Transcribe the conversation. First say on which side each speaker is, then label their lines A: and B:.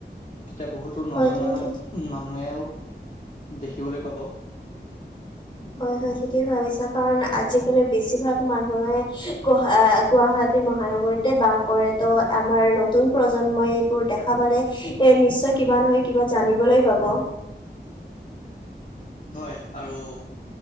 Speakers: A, on the left; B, on the left.
A: তেতিয়া বহুতো
B: হয়
A: নজনা
B: তুমি ঠিক
A: মানুহেও। দেখিবলৈ পাব।
B: হয় হয় ঠিকেই ভাবিছা কাৰণ আজিকালি বেছিভাগ মানুহে গ গুৱাহাটী মহানগৰীতে বাস কৰে ত আমাৰ নতুন প্ৰজন্মই এইবোৰ দেখা পালে এ নিশ্চয় কিবা নহয় কিবা জানিবলৈ পাব।
A: হয় আৰু।